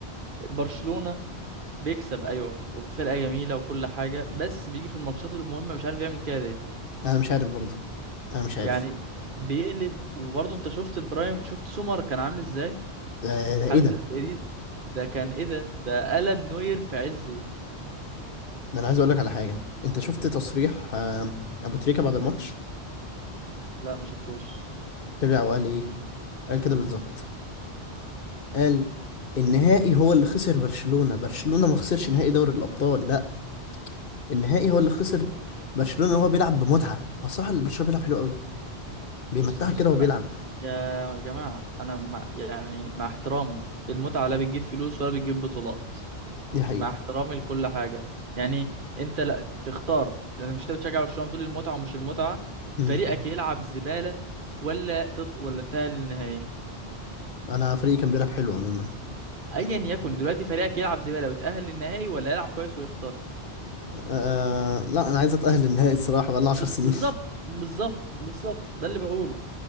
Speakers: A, on the right (about 50°); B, on the left (about 55°).
A: برشلونة بيكسب ايوه وفرقة جميلة وكل حاجة بس بيجي في الماتشات المهمة مش عارف يعمل كده ليه
B: انا مش عارف برضه انا مش عارف
A: يعني بيقلب وبرضو انت شفت البرايم شفت سومر كان عامل ازاي
B: ده, ده
A: حارس
B: ايه ده؟
A: الانتر ده كان ايه ده ده قلب نوير في عزه
B: ده انا عايز اقول لك على حاجة انت شفت تصريح آه، ابو تريكة بعد الماتش
A: لا ما شفتوش
B: طلع وقال ايه؟ قال كده بالظبط
A: مم.
B: قال النهائي هو اللي خسر برشلونة برشلونة ما خسرش نهائي دوري الابطال لا النهائي هو اللي خسر برشلونة وهو بيلعب بمتعة هو الصراحة اللي برشلونة بيلعب حلو قوي بيمتعك
A: بص بص
B: كده
A: انا
B: وهو بيلعب
A: يا جماعه انا مع يعني مع احترامي المتعه لا بتجيب فلوس ولا بتجيب بطولات
B: دي حقيقة
A: مع احترامي لكل حاجه يعني انت لا تختار انا مش انت بتشجع برشلونه بتقول المتعه ومش المتعه
B: مم.
A: فريقك يلعب زباله ولا تط... ولا تتاهل للنهائي
B: انا فريقي كان بيلعب حلو عموما
A: ايا يكن دلوقتي فريقك يلعب زباله ويتاهل للنهائي ولا يلعب كويس ويخسر
B: أه لا انا عايز اتاهل النهائي الصراحه بقالنا 10
A: بز-
B: سنين
A: بالظبط بالظبط بالظبط ده اللي بقوله